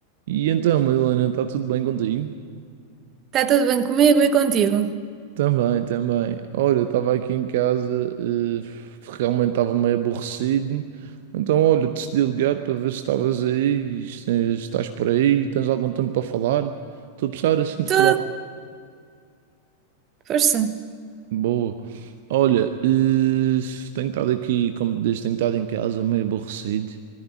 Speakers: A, on the right (about 55°); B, on the right (about 30°).
A: E então, Madalena, está tudo bem contigo?
B: Está tudo bem comigo e contigo?
A: Também, também. Olha, estava aqui em casa, eh, realmente estava meio aborrecido. Então, olha, decidi ligar para ver se estavas aí, se estás por aí, tens algum tempo para falar. Estou a precisar assim de
B: Tudo,
A: falar.
B: força.
A: Boa. Olha, eh, tenho estado aqui, como te disse, tenho estado em casa meio aborrecido.